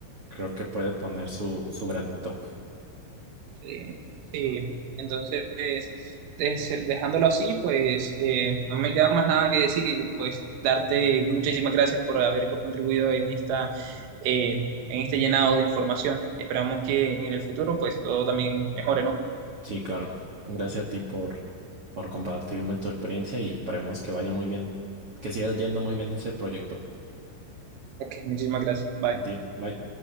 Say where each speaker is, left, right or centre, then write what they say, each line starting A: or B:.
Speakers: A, on the right (about 60°); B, on the right (about 80°).
A: creo que puede poner su, su granito.
B: Sí, sí. entonces de ser- dejándolo así, pues eh, no me queda más nada que decir y pues darte muchísimas gracias por haber contribuido en esta eh, en este llenado de información. Esperamos que en el futuro pues todo también mejore, ¿no?
A: Sí, claro. Gracias a ti por, por compartirme tu experiencia y esperemos que vaya muy bien, que siga yendo muy bien ese proyecto.
B: Ok, muchísimas gracias. Bye.
A: A ti, bye.